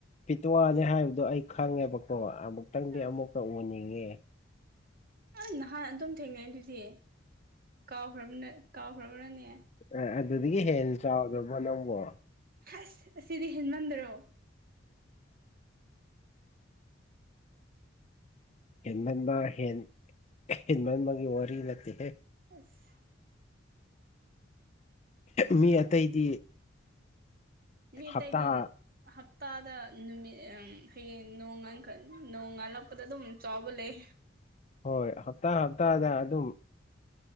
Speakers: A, on the left (about 35°); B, on the right (about 50°).
A: ꯄꯤꯇꯋꯥꯅꯤ ꯍꯥꯏꯕꯗꯣ ꯑꯩ ꯈꯪꯉꯦꯕꯀꯣ ꯑꯃꯨꯛꯇꯪꯗꯤ
B: ꯑꯥ
A: ꯑꯃꯨꯛꯛꯇ ꯎꯅꯤꯡꯉꯦ
B: ꯑꯩ ꯅꯍꯥꯟ ꯑꯗꯨꯝ ꯊꯦꯡꯅꯩ ꯑꯗꯨꯗꯤ ꯀꯥꯎꯈ꯭ꯔꯕ ꯀꯥꯎꯈ꯭ꯔꯕꯅꯅꯦ
A: ꯑꯦ ꯑꯗꯨꯗꯒꯤ ꯍꯦꯟꯅ ꯆꯥꯎꯗꯕꯣ ꯅꯪꯕꯣ
B: ꯑꯁ ꯑꯁꯤꯗꯤ ꯍꯦꯟꯃꯟꯗ꯭ꯔꯣ
A: ꯍꯦꯟꯃꯟꯕ ꯍꯦꯟ ꯍꯦꯟꯃꯟꯕꯒꯤ ꯋꯥꯔꯤ ꯅꯠꯇꯦꯍꯦ
B: ꯑꯁ
A: ꯃꯤ ꯑꯇꯩꯗꯤ
B: ꯃꯤ
A: ꯍꯞꯇꯥ
B: ꯇꯥꯏꯗꯤ ꯍꯞꯇꯥꯗ ꯅꯨꯃꯤꯠ ꯍꯌꯦꯡ ꯅꯣꯡꯈ ꯅꯣꯡ ꯉꯥꯜꯂꯛꯄꯗ ꯑꯗꯨꯝ ꯆꯥꯎꯕ ꯂꯩ
A: ꯍꯣꯏ ꯍꯞꯇꯥ ꯍꯞꯇꯥꯗ ꯑꯗꯨꯝ